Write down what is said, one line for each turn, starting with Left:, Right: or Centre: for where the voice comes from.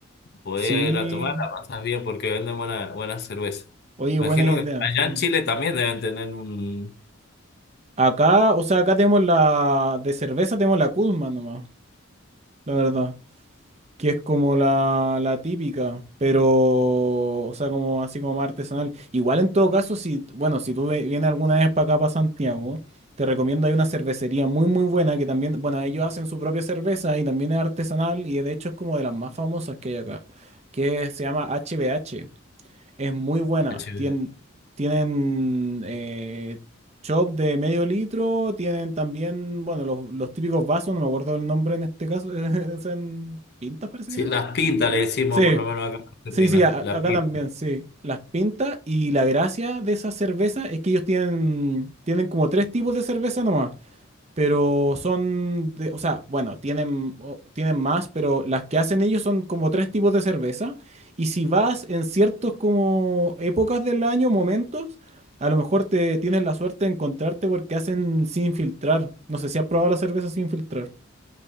Left: podés
Right: Sí,
Left: ir a tomar, la pasas bien porque venden buena, buena cerveza.
Right: oye, buena
Left: Imagino
Right: idea.
Left: que allá
Right: Mm.
Left: en Chile también deben tener un...
Right: Acá, o sea, acá tenemos la, de cerveza tenemos la Kuzma nomás, la verdad. que es como la, la típica, pero, o sea, como así como más artesanal. Igual en todo caso, si, bueno, si tú ve- vienes alguna vez para acá, para Santiago, te recomiendo, hay una cervecería muy, muy buena que también, bueno, ellos hacen su propia cerveza y también es artesanal y de hecho es como de las más famosas que hay acá, que se llama HBH. Es muy buena.
Left: H B.
Right: Tien- tienen eh, chop de medio litro, tienen también, bueno, los, los típicos vasos, no me acuerdo el nombre en este caso, <laughs> es en pintas parece
Left: Sí,
Right: que le llaman.
Left: las pintas le decimos
Right: Sí,
Left: por lo menos acá en
Right: sí,
Left: Argentina,
Right: sí, a-
Left: la
Right: acá
Left: pinta.
Right: también, sí. Las pintas y la gracia de esa cerveza es que ellos tienen, tienen como tres tipos de cerveza nomás pero son de, o sea, bueno, tienen, o- tienen más, pero las que hacen ellos son como tres tipos de cerveza. Y si vas en ciertos como épocas del año, momentos, a lo mejor te tienes la suerte de encontrarte porque hacen sin filtrar. No sé si has probado la cerveza sin filtrar.